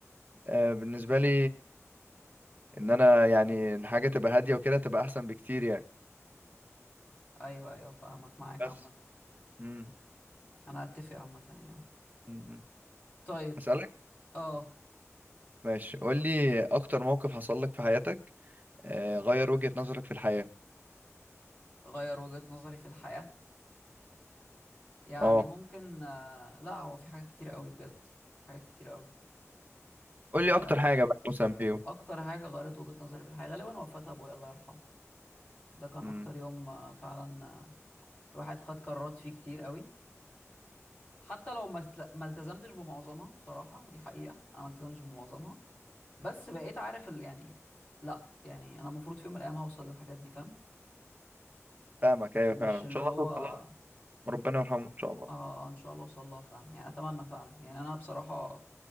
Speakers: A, on the right (about 35°); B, on the left (about 35°).
A: آه بالنسبة لي ان انا يعني الحاجة تبقى هادية وكده تبقى احسن بكتير يعني
B: ايوه ايوه فاهمك معاك
A: بس
B: عامة
A: مم.
B: انا اتفق عامة يعني
A: مم.
B: طيب
A: اسألك
B: اه
A: ماشي قول لي اكتر موقف حصل لك في حياتك آه غير وجهة نظرك في الحياة
B: غير وجهة نظري في الحياة يعني
A: اه
B: ممكن آه لا هو في حاجات كتير قوي بجد حاجات كتير قوي
A: قول لي اكتر
B: آه
A: حاجه بقى مثلا فيهم
B: اكتر حاجة غيرت وجهة نظري في الحياة غالبا وفاة ابويا الله يرحمه ده كان
A: امم
B: اكتر يوم آه فعلا آه، الواحد خد قرارات فيه كتير قوي حتى لو ما استل- ما التزمتش بمعظمها بصراحة ودي حقيقة انا ما التزمتش بمعظمها بس بقيت عارف ال... يعني لا يعني انا المفروض في يوم من الايام هوصل للحاجات دي فاهم
A: فاهمك ايوه
B: مش
A: فعلا ان
B: اللي
A: شاء
B: هو
A: الله توصل
B: اه
A: لها ربنا يرحمه ان شاء الله
B: آه، ان شاء الله اوصل لها فعلا يعني اتمنى فعلا يعني انا بصراحة